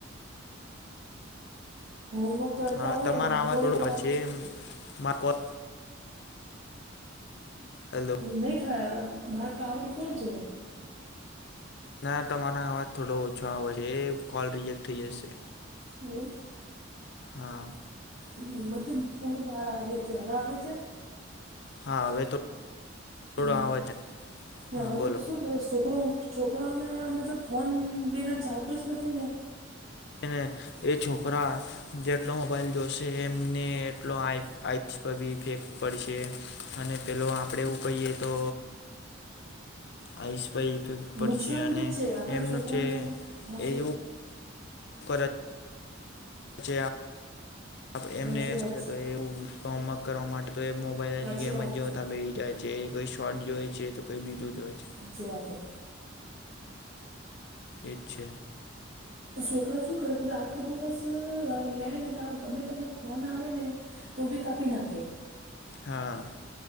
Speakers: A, on the right; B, on the left.
A: હોમવર્ક કરતા
B: હા
A: હોય
B: તમારે આવા
A: થોડીક
B: થોડુંક
A: વાર
B: જેમ <unintelligible> હેલો
A: એવું નહીં થાય મારો ટાવર ફૂલ છે
B: ના તમારો અવાજ થોડો ઓછો આવે છે એ કોલ રિજેક્ટ થઈ જશે
A: હું
B: હા.
A: હમ્મ બધી પૂર બહાર આવેલી છે હવે આવે છે
B: હા હવે તો
A: હા
B: થોડો આવે છે
A: ના
B: હા
A: હવે
B: બોલો
A: તો શું કે છોકરો છોકરાઓને અમે તો ફોન બીના ચાલતું જ નથી ને
B: ને એ છોકરા જેટલો મોબાઈલ જોશે એમને એટલો <unintelligible> પડશે અને પેલો આપણેે એવું કહીએ તો આઈ સ્પાઈ ઇફેક્ટ
A: નુકસાન
B: પડશે અને
A: બી છે આપણે
B: એમનું
A: છોકરાને
B: છે
A: સાચી
B: એ જેવું કરજ પછી
A: સાચી
B: એમને આપણે
A: વાત છે
B: એવું હોમવર્ક કરવા માટે તો મો બધા
A: સાચી
B: જ ગેમ
A: વાત
B: જ જો
A: છે
B: તા બે જાય છે કોઈ શોર્ટ જોય છે તો કોઈ બીજું જોય છે.
A: સાચી વાત હે
B: એજ છે
A: છોકરા શું કરે પછી આખા દિવસ લે ને તો ગમે તેનો ફોન આવે ને તો ભી કાપી નાખે
B: હા.